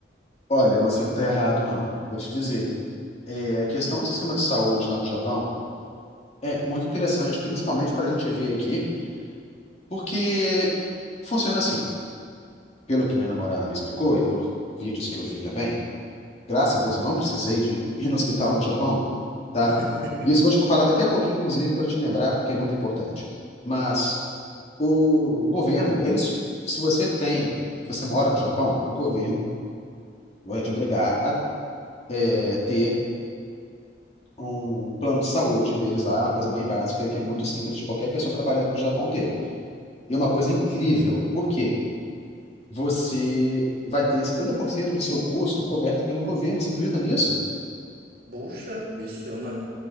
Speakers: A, on the left (about 35°); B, on the right (about 55°).
A: Olha, você não tá errado, não. Vou te dizer. É, a questão do sistema de saúde lá no Japão É muito interessante, principalmente para a gente ver aqui, porque funciona assim. Pelo que minha namorada me explicou e por vídeos que eu vi também, graças a Deus eu não precisei de <laughs> ir no hospital no Japão, tá?
B: <laughs>
A: Isso eu vou te falar daqui a pouquinho, inclusive, para te lembrar, porque é muito importante. Mas o governo, eles, se você tem, se você mora no Japão, o governo vai te obrigar a é, ter um plano de saúde deles lá, é uma coisa bem básica, que é muito simples de qualquer pessoa trabalhando no Japão ter. E é uma coisa incrível. Por quê? Você vai ter 70% do seu custo coberto pelo governo. Você acredita nisso?
B: Poxa, isso é uma,